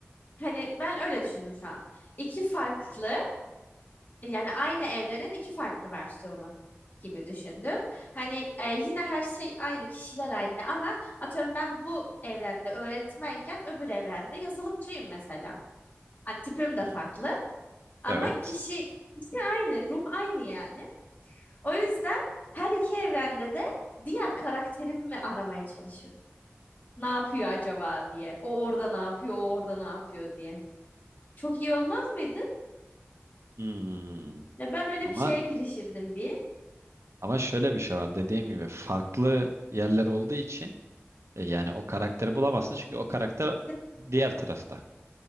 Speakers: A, on the left; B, on the right.
A: hani ben öyle düşündüm şu an. İki farklı Yani aynı evrenin iki farklı versiyonu gibi düşündüm. Hani e, yine her şey aynı, kişiler aynı ama atıyorum ben bu evrende öğretmenken öbür evrende yazılımcıyım mesela. Hani tipim de
B: Hmm.
A: farklı ama
B: Evet.
A: kişi kişi aynı, ruh aynı yani. O yüzden her iki evrende de diğer karakterimi aramaya çalışırdım. Ne yapıyor acaba diye. O orada ne yapıyor, o orada ne yapıyor diye. Çok iyi olmaz mıydı?
B: Hmm.
A: Ya ben öyle
B: Ama
A: bir şeye girişirdim bir.
B: ama şöyle bir şey var. Dediğim gibi farklı yerler olduğu için e, yani o karakteri bulamazsın çünkü o karakter
A: İşte
B: diğer tarafta.